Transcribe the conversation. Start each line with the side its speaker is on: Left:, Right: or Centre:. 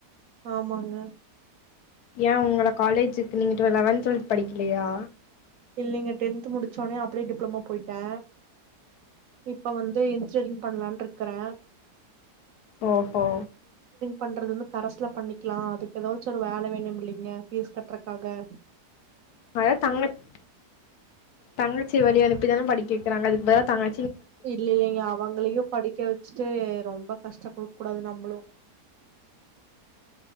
Right: ஆமாங்க
Left: ஏ உங்கள காலேஜுக்கு நீங் டுவ லெவன்த் டுவெல்த் படிக்கலையா
Right: இல்லைங்க டென்த் முடிச்சோனே அப்டியே டிப்ளமா போயிட்டே இப்ப வந்து இன்ஜினியரிங் பண்ணலான்ட்ருக்றே
Left: ஓஹோ
Right: பண்றது வந்து கரஸ்ல பண்ணிக்லா அதுக்கு ஏதாச்சு ஒரு வேல வேணூமுலிங்க ஃபீஸ் கட்றக்காக
Left: அதா தங்கச் தங்கச்சி வெளிய அனுப்பி தானே படிக்க வக்கிறாங்க அதுக்கு பதிலா தங்க
Right: இல்ல இல்லங்க அவங்களையும் படிக்க வச்சுட்டு ரொம்ப கஷ்ட குடு கூடாது நம்மளு